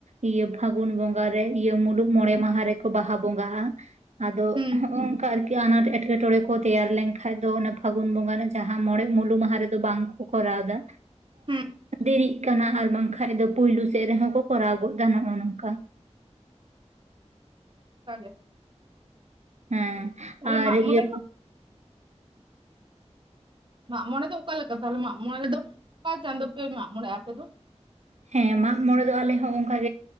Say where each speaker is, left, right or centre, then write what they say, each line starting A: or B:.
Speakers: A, on the right; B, on the right.
A: ᱤᱭᱟᱹ ᱯᱷᱟᱹᱜᱩᱱ ᱵᱚᱸᱜᱟ ᱨᱮ ᱤᱭᱟᱹ ᱢᱩᱞᱩᱜ ᱢᱚᱬᱮ ᱢᱟᱦᱟ ᱨᱮᱠᱚ ᱵᱟᱦᱟ ᱵᱚᱸᱜᱟᱜᱼᱟ ᱟᱫᱚ
B: ᱦᱩᱸ
A: ᱦᱚᱠᱚᱝ ᱠᱟ ᱟᱨᱠᱤ ᱟᱱᱟᱴ ᱮᱴᱠᱮᱴᱚᱬᱮ ᱠᱚ ᱠᱚ ᱛᱮᱭᱟᱨ ᱞᱮᱱᱠᱷᱟᱡ ᱫᱚ ᱛᱮᱭᱟᱨ ᱞᱮᱝᱠᱷᱟᱡ ᱫᱚ ᱚᱱᱟ ᱯᱷᱟᱹᱜᱩᱱ ᱵᱚᱸᱜᱟ ᱨᱮ ᱡᱟᱦᱟᱸ ᱢᱚᱬᱮ ᱢᱩᱞᱩ ᱢᱟᱦᱟ ᱨᱮᱫᱚ ᱵᱟᱝ ᱠᱚ ᱠᱚᱨᱟᱣ ᱫᱟ
B: ᱦᱩᱸ
A: ᱫᱤᱨᱤᱜ ᱠᱟᱱᱟ ᱟᱨ ᱵᱟᱝᱠᱷᱟᱱᱡ ᱫᱚ ᱯᱩᱭᱞᱩ ᱥᱮᱫ ᱨᱮᱦᱚᱸ ᱠᱚ ᱠᱚᱨᱟᱣ ᱜᱚᱫ ᱫᱟ ᱱᱚᱜᱼᱚ ᱱᱚᱝᱠᱟ
B: ᱠᱟ ᱜᱮ
A: ᱦᱮᱸ
B: ᱛᱟᱦᱞᱮ
A: ᱟᱨ
B: ᱢᱟᱜ ᱢᱚᱬᱮ
A: ᱤᱭᱟᱹ
B: ᱫᱚ ᱢᱟᱜ ᱢᱚᱬᱮ ᱫᱚ ᱚᱠᱟ ᱞᱮᱠᱟ ᱛᱟᱦᱚᱞᱮ ᱢᱟᱜ ᱢᱚᱬᱮ ᱫᱚ ᱚᱠᱟ ᱪᱟᱸᱫᱳ ᱯᱮ ᱢᱟᱜ ᱢᱚᱬᱮᱭᱟ ᱟᱯᱮ ᱫᱚ
A: ᱦᱮᱸ ᱢᱟᱜ ᱢᱚᱲᱮ ᱫᱚ ᱟᱞᱮ ᱦᱚᱸ ᱚᱱᱠᱟᱜ